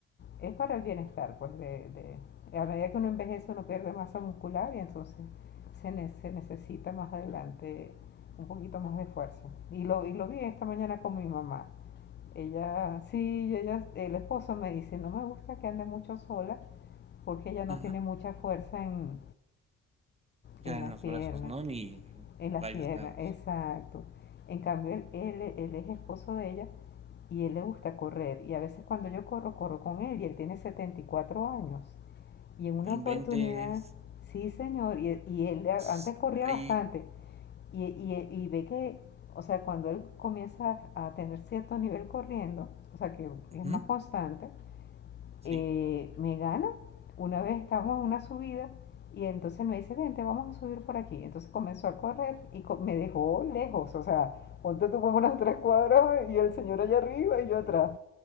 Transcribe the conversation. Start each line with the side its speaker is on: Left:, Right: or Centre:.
Left: es para el bienestar, pues, de, de- a medida que uno envejece uno pierde masa muscular y entonces se, ne- se necesita más adelante un poquito más de fuerza. Y lo, y lo vi esta mañana con mi mamá. Ella, sí, ella, el esposo me dice, no me gusta que ande mucho sola porque ella no
Right: Ajá.
Left: tiene mucha fuerza en,
Right: Ya
Left: en
Right: en
Left: las
Right: los
Left: piernas,
Right: brazos, ¿no? Ni en
Left: en las
Right: varios
Left: piernas,
Right: lados.
Left: exacto. En cambio, él, él, él es esposo de ella y él le gusta correr. Y a veces cuando yo corro, corro con él y él tiene 74 años. Y en una
Right: No inventes.
Left: oportunidad, sí señor, y, y él
Right: S
Left: antes corría bastante
Right: ay.
Left: y, y, y ve que, o sea, cuando él comienza a tener cierto nivel corriendo, o sea, que es
Right: Ujú,
Left: más constante,
Right: sí.
Left: eh, me gana. Una vez estábamos en una subida y entonces me dice, vente, vamos a subir por aquí. Entonces comenzó a correr y co- me dejó lejos, o sea, ponte tú como unas tres cuadras y el señor allá arriba y yo atrás.